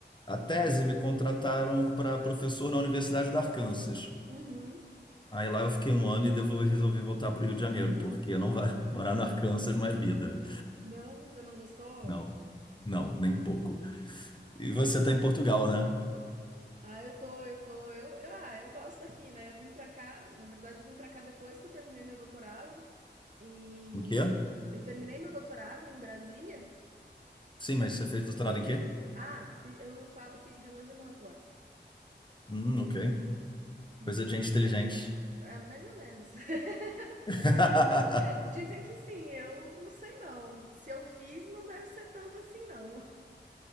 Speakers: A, on the left; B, on the right.
A: a tese, me contrataram para professor na Universidade do Arkansas.
B: Uhum.
A: Aí lá eu fiquei um ano e devo, resolvi voltar para o Rio de Janeiro, porque não vai <laughs> morar no Arkansas não é vida.
B: Não, você não gostou?
A: Não, não, nem um pouco. E você está em Portugal, né?
B: Ah, eu tô, eu tô, eu, eu, ah, eu gosto daqui, né? Eu vim pra cá, na verdade, eu vim pra cá depois que eu terminei meu doutorado e
A: Em quê?
B: eu terminei meu doutorado em Brasília.
A: Sim, mas você fez doutorado em quê?
B: Ah, fi- eu fa- fiz biologia molecular.
A: Hum, ok.
B: E
A: Coisa de gente
B: eu,
A: inteligente.
B: é, mais ou menos. <laughs>
A: <laughs>
B: Mais ou menos. Dizem que sim, eu não sei não. Se eu fiz, não deve ser tanto assim não.